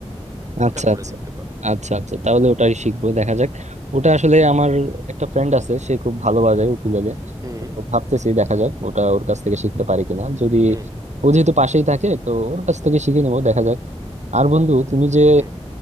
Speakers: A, on the right; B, on the right.
A: আচ্ছা
B: ওটা করে
A: আচ্ছা
B: দেখতে পারো
A: আচ্ছা আচ্ছা তাহলে ওটাই শিখবো দেখা যাক ওটা আসলে আমার একটা ফ্রেন্ড আছে সে খুব ভালো বাজায় উকুলেলে
B: হুম
A: তো ভাবতেছি দেখা যাক ওটা ওর কাছ থেকে শিখতে পারি কিনা যদি
B: হুম
A: ও যেহেতু পাশেই থাকে তো ওর কাছ থেকে শিখে নেবো দেখা যাক আর বন্ধু তুমি যে
B: হুম